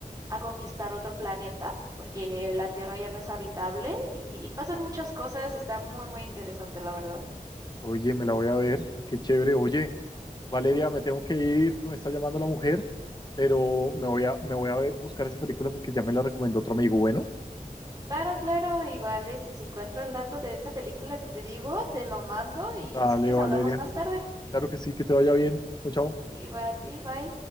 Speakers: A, on the right; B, on the left.
A: a conquistar otro planeta, porque la Tierra ya no es habitable y, y pasan muchas cosas, está muy, muy interesante, la verdad.
B: Oye, me la voy a ver, qué chévere. Oye, Valeria, me tengo que ir porque me está llamando la mujer, pero me voy a, me voy a ver- buscar esa película porque ya me la recomendó otro amigo. Bueno,
A: Claro, claro, igual este, si encuentro el dato de esta película que te digo, te lo mando y
B: dale,
A: si quieres
B: Valeria.
A: hablamos más tarde.
B: Claro que sí, que te vaya bien. Chao, chao.
A: Igual a ti, bye.